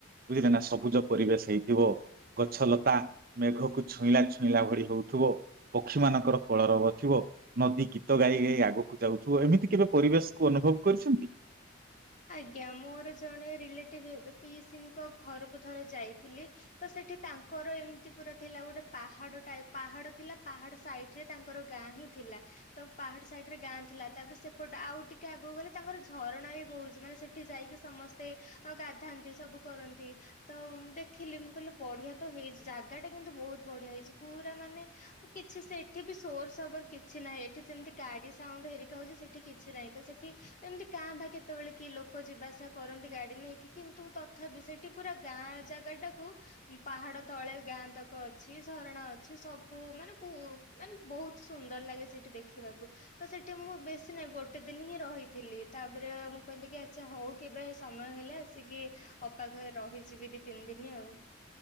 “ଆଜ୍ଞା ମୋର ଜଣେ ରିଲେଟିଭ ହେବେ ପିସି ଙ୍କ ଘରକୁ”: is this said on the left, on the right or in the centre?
Left